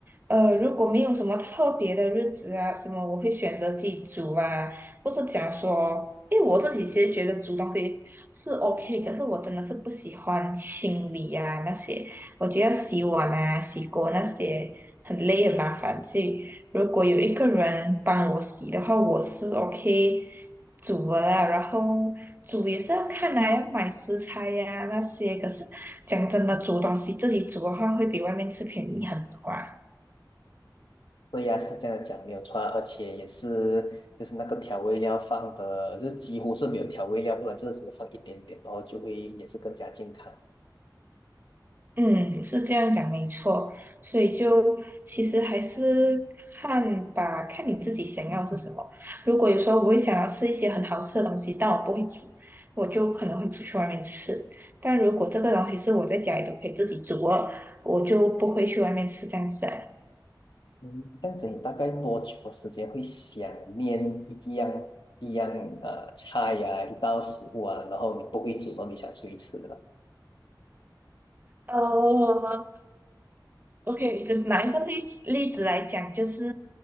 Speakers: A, on the right; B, on the left.
A: 呃，如果没有什么特别的日子啊，什么我会选择自己煮啊，不是讲说，因为我自己其实觉得煮东西是 OK，可是我真的是不喜欢清理啊那些，我觉得洗碗啊、洗锅那些很累很麻烦，所以如果有一个人帮我洗的话，我是 OK 煮的啦。然后煮也是要看来要买食材呀、那些。可是讲真的，煮东西自己煮的话，会比外面吃便宜很多啊。
B: 对呀，是这样讲没有错啊，而且也是就是那个调味料放的，就是几乎是没有调味料，不然就是只放一点点，然后就会也是更加健康。
A: 嗯，是这样讲没错，所以就其实还是看吧，看你自己想要是什么。如果有时候我会想要吃一些很好吃的东西，但我不会煮，我就可能会出去外面吃。但如果这个东西是我在家里都可以自己煮了，我就不会去外面吃这样子啊。
B: 嗯，这样子你大概多久的时间会想念一样一样呃菜呀、一道食物啊，然后你不会主动你想出去吃的？
A: 哦，OK，就拿一个例子例子来讲，就是